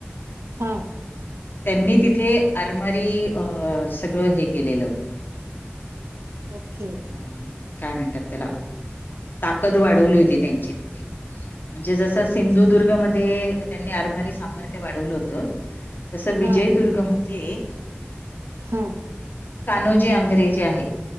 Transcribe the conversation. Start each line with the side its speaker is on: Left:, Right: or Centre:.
Right: हा
Left: त्यांनी तिथे आरमारी अ सगळं हे केलेलं होतं
Right: ओके
Left: अ काय म्हणतात त्याला ताकद वाढवली होती त्यांची तिथे म्हणजे जसं सिंधुदुर्गमध्ये
Right: छान.
Left: त्यांनी आरमारी सामर्थ्य वाढवलं होतं तसं विजयदुर्गमध्ये
Right: हां, हा
Left: कानोजी आंग्रे जे आहेत